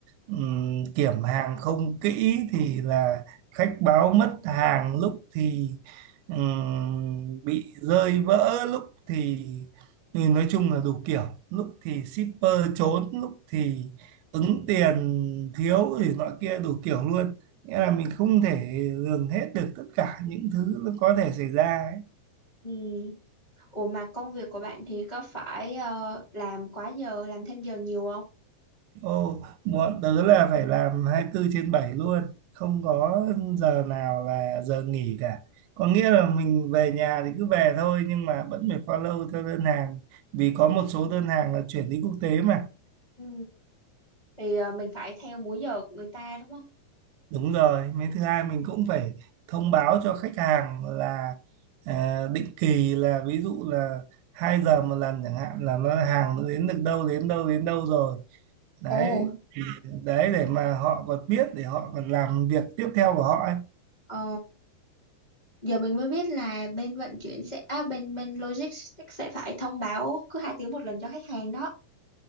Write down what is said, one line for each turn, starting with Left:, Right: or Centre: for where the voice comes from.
Right: ừm, kiểm hàng không kỹ thì là khách báo mất hàng lúc thì ừm, bị rơi vỡ lúc thì thì nói chung là đủ kiểu lúc thì shipper trốn lúc thì ứng tiền thiếu thì nọ kia đủ kiểu luôn nghĩa là mình không thể lường hết được tất cả những thứ nó có thể xảy ra ấy.
Left: ừ. Ủa mà công việc của bạn thì có phải ờ, làm quá giờ làm thêm giờ nhiều không
Right: Ô, bọn tớ là phải làm 24 trên bảy luôn, không có giờ nào là giờ nghỉ cả. Có nghĩa là mình về nhà thì cứ về thôi nhưng mà vẫn phải follow theo đơn hàng vì có một số đơn hàng là chuyển đi quốc tế mà.
Left: ừ. thì ờ, mình phải theo múi giờ của người ta đúng không
Right: Đúng rồi, mấy thứ hai mình cũng phải thông báo cho khách hàng là à, định kỳ là ví dụ là 2 giờ một lần chẳng hạn là nó hàng nó đến được đâu đến đâu đến đâu rồi đấy
Left: Ồ,
Right: đấy để mà họ còn biết để họ còn làm việc tiếp theo của họ ấy
Left: ờ, giờ mình mới biết là bên vận chuyển sẽ à, bên bên logistics sẽ phải thông báo cứ hai tiếng một lần cho khách hàng đó.